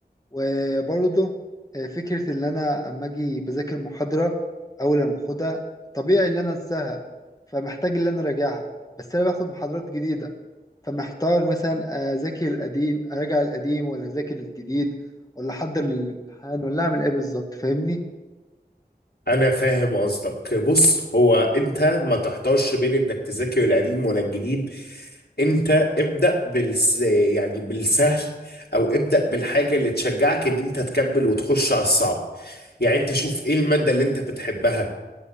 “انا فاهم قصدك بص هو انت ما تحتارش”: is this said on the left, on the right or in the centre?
Left